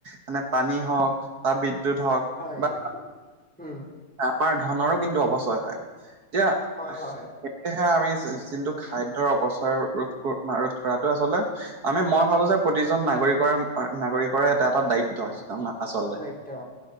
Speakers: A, on the right; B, in the centre.
A: মানে, পানী হওক বা বিদ্যুৎ হওক
B: হয়
A: বা
B: উম
A: আমাৰ ধনৰো কিন্তু অপচয় হয়। এতিয়া
B: হয়
A: সেয়েহে
B: হয়
A: আমি যোনটো খাদ্যৰ অৱচয়ৰ ৰোধ, ৰোধ কৰাটো আচলতে আমি মই ভাবো যে, প্ৰতিজন নাগৰিকৰে, নাগৰিকৰে এটা, এটা দায়িত্ব। আচলতে,
B: দায়িত্ব অ